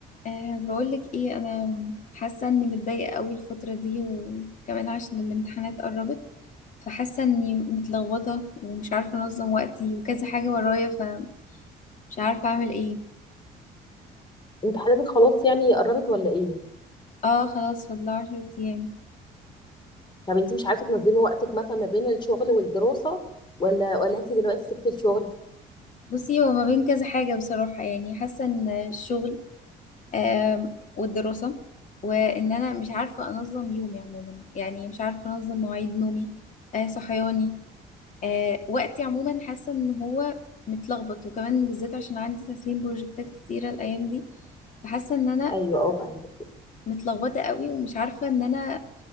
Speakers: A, on the left; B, on the left.
A: أه بقولك ايه انا حاسه اني متضايقه قوي الفتره دي وكمان عشان الامتحانات قربت فحاسه اني متلخبطه ومش عارفه انظم وقتي وكذا حاجه ورايا فمش عارفه اعمل ايه
B: امتحاناتك خلاص يعني قربت ولا ايه
A: اه خلاص فاضل 10 ايام
B: طب انت مش عارفه تنظمي وقتك مثلا ما بين الشغل والدراسه ولا ولا انت دلوقتي سبتي الشغل
A: بصي هو ما بين كذا حاجه بصراحه يعني حاسه ان الشغل أه والدراسه وان انا مش عارفه انظم يومي عموما يعني مش عارفه انظم مواعيد نومي أه صحياني آه وقتي عموما حاسة ان هو متلخبط وكمان بالذات عشان عندي تسليم بروجكتات كتيرة الايام دي فحاسة ان انا
B: ايوه اه فهمت
A: متلخبطة قوي ومش عارفة ان انا